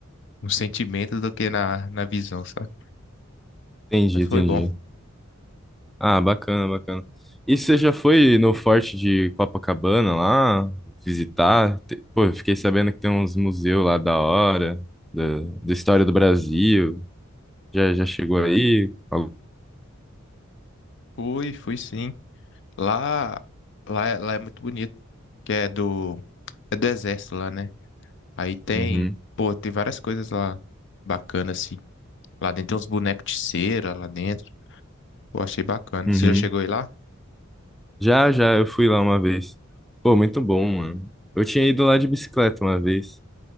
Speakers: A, on the left; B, in the centre.
A: no sentimento do que na, na visão, sabe?
B: Entendi,
A: Mas
B: entendi.
A: foi bom.
B: Ah, bacana, bacana. E você já foi no Forte de Copacabana lá visitar? Te- Pô, eu fiquei sabendo que tem uns museus lá da hora, da, da história do Brasil. Já, já chegou aí? Al-
A: Fui, fui sim. Lá, lá, é- lá é muito bonito, que é do, é do exército lá, né? Aí tem,
B: Uhum,
A: pô, tem várias coisas lá bacanas, assim. Lá dentro tem uns bonecos de cera, lá dentro. Pô, achei bacana.
B: uhum.
A: Você já chegou aí lá?
B: Já, já, eu fui lá uma vez. Pô, muito bom, mano. Eu tinha ido lá de bicicleta uma vez.